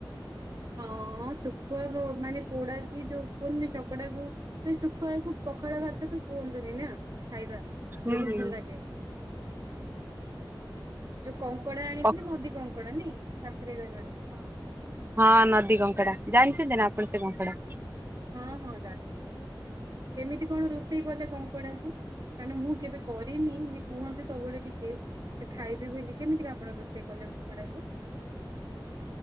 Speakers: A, on the right; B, on the right.
A: ହଁ ଶୁଖୁଆ ପୋ ମାନେ ପୋଡା କି ଯୋଉ କହିଲୁନି ଚକଟାକୁ। ଶୁଖୁଆ କୁ ପଖାଳ ଭାତ ତ କୁହନ୍ତୁନି ନା ଖାଇବା।
B: ହୁଁ
A: ବହୁତ
B: ହୁଁ
A: ଭଲ ଲାଗେ ଏଇଟା। ଯୋଉ କଙ୍କଡା ଆଣିଥିଲି
B: ହଁ
A: ନଦୀ କଙ୍କଡା ନି ପାଖରେ ଏକା ମିଳୁଚି ସେଟା
B: ହଁ ନଦୀ କଙ୍କଡା ଜାଣିଛନ୍ତି ନା ଆପଣ ସେ କଙ୍କଡା?
A: ହଁ ହଁ ଜାଣିଛି କେମିତି କଣ ରୋଷେଇ କଲେ କଙ୍କଡା କୁ? କାରଣ ମୁଁ କେବେ କରିନି ଇଏ କୁହନ୍ତି ସବୁବେଳେ ଟିକେ। ସେ ଖାଇବେ ବୋଲି କେମିତି ଆପଣ ରୋଷେଇ କଲେ ଙ୍କକଡ଼ା କୁ?